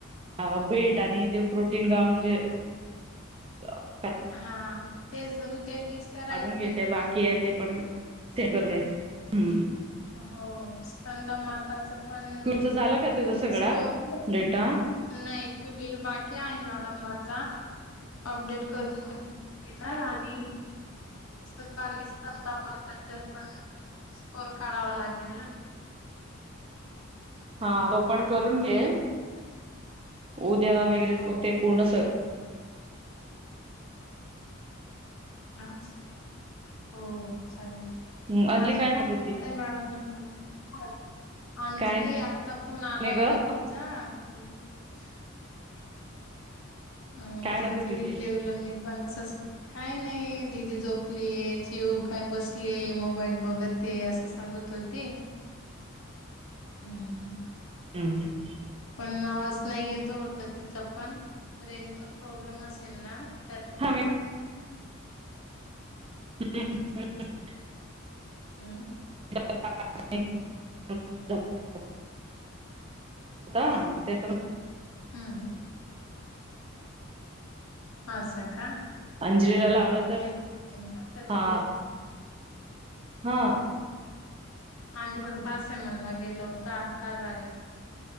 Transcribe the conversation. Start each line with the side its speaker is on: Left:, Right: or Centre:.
Right: अ भेट आणि अ ते प्रोटीन गाऊून जे <inaudible>
Left: हाआआ तेच उद्या तेच करायचंय.
Right: काढून घेते बाकी आहे पण ते करून द्यायच हम्म
Left: हो स्कंदा माताच पण
Right: स्कूलचा झाला का तुझा सगळा
Left: ब
Right: डेटा?
Left: नाही क बाकी आहे ना. हा मग जा अपडेट करून घेणार आणि सकाळी स्कंदामाताच्या पण स्कर काढावं लागेल ना.
Right: हा तो पण करून घे उद्य त्या वगैरे
Left: हो
Right: मग ते पूर्ण स <inaudible>
Left: हाअ हो चालेल
Right: हम्म अंजली
Left: अजून
Right: म्हणत
Left: काय
Right: होती?
Left: करताय मॅडम <inaudible> अंजली
Right: काय
Left: आता फोन आला
Right: नाही ग
Left: होता तिचा. <inaudible> अ
Right: काय
Left: खिचडी
Right: म्हणत होती ती?
Left: जेवलं मी पण सस काही नाही दिदी झोपली चिऊ काय बसले मोबाईल बघते असं सांगत होते हम् हम्
Right: <inaudible>
Left: पण आवाज नाही येत होता तिथ पण रेंज प्रॉब्लेम असेल ना त्यात
Right: ह म <inaudible>
Left: हम्म
Right: <inaudible> आता त्या
Left: हा हसाका
Right: अंजलीला लावला तर
Left: का तर आम्ही
Right: हा हा
Left: आणि म तास आहे म्हणला गेल होत आताज आले